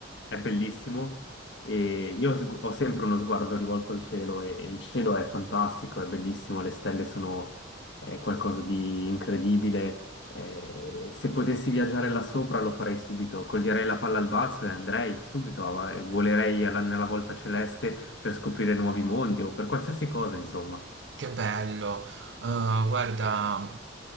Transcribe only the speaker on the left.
è bellissimo e io s- ho sempre uno sguardo rivolto al cielo e, e il cielo è fantastico, è bellissimo, le stelle sono eh, qualcosa di incredibile. eh, se potessi viaggiare là sopra lo farei subito, coglierei la palla al balzo e andrei subito, a- e volerei alla- nella volta celeste per scoprire nuovi mondi o per qualsiasi cosa, insomma.